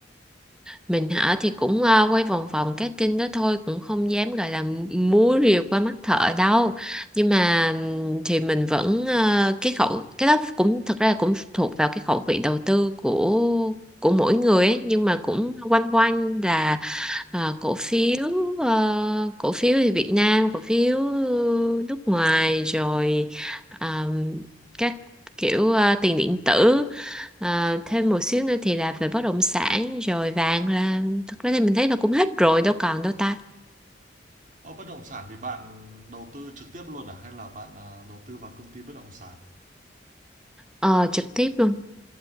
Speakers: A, in the centre; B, on the right (about 45°).
A: mình hả thì cũng ờ, quay vòng vòng các kênh đó thôi cũng không dám gọi là múa rìu qua mắt thợ đâu nhưng mà ừm, thì mình vẫn ờ, cái khẩu cái đó cũng thật ra là cũng thuộc vào cái khẩu vị đầu tư của của mỗi người ấy nhưng mà cũng quanh quanh là Ờ, cổ phiếu ờ, cổ phiếu thì Việt Nam cổ phiếu ờ, nước ngoài rồi ờm, các kiểu ờ, tiền điện tử Ờ, thêm một xíu nữa thì là về bất động sản rồi vàng là thật ra thì mình thấy là cũng hết rồi đâu còn đâu ta
B: Ô, bất động sản thì bạn đầu tư trực tiếp luôn à hay là bạn, à, đầu tư vào công ty bất động sản?
A: Ờ, trực tiếp luôn